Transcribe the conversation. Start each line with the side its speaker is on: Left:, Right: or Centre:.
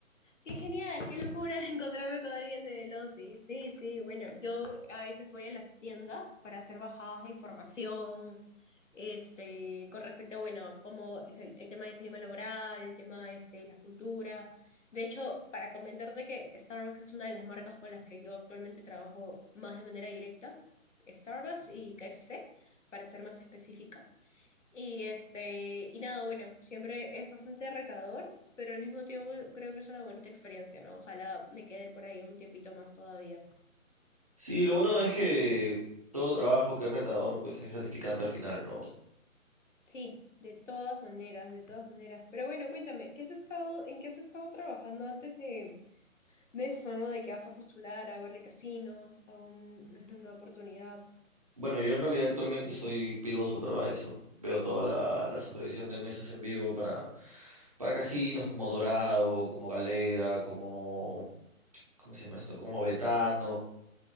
Left: Qué genial, qué locura <laughs> encontrarme con alguien de losi Sí, sí, bueno, yo a veces voy a las tiendas para hacer bajadas de información, este, con respecto bueno, cómo es el, el tema del clima laboral, el tema este, de la cultura. De hecho, para comentarte que Starbucks es una de las marcas con las que yo actualmente trabajo más de manera directa, Starbucks y KFC, para ser más específica. Y este, y nada, bueno, siempre es bastante retador, pero al mismo tiempo creo que es una bonita experiencia, ¿no? Ojalá me quede por ahí un tiempito más todavía.
Right: Sí, lo bueno es que todo trabajo que es retador, pues es gratificante al final, ¿no?
Left: Sí, de todas maneras, de todas maneras. Pero bueno, cuéntame, ¿qué has estado, en qué has estado trabajando antes de, de eso, ¿no? De que vas a postular a ver el casino, a un- una oportunidad.
Right: Bueno, yo en realidad actualmente soy PIDO Supervisor. Veo toda la, la supervisión de mesas en vivo para, para casinos como Dorado, como Galera, como... ¿Cómo se llama esto? Como Betano.